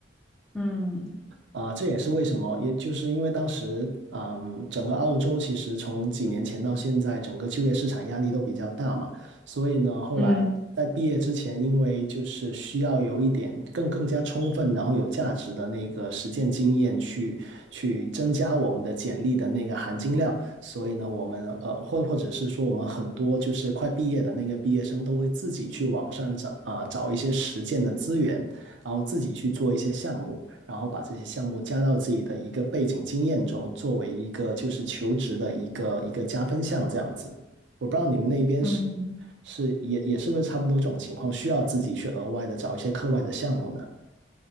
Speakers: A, in the centre; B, on the right.
A: 嗯
B: 啊，这也是为什么，也就是因为当时，嗯，整个澳洲其实从几年前到现在，整个就业市场压力都比较大嘛，所以呢，后来在毕业之前，
A: 嗯
B: 因为就是需要有一点更更加充分，然后有价值的那个实践经验去，去增加我们的简历的那个含金量，所以呢，我们呃，或或者是说，我们很多就是快毕业的那个毕业生都会自己去网上找啊，找一些实践的资源，然后自己去做一些项目。然后把这些项目加到自己的一个背景经验中，作为一个就是求职的一个一个加分项这样子。我不知道你们那边是
A: 嗯。
B: 是也也是不是差不多这种情况，需要自己去额外的找一些课外的项目呢？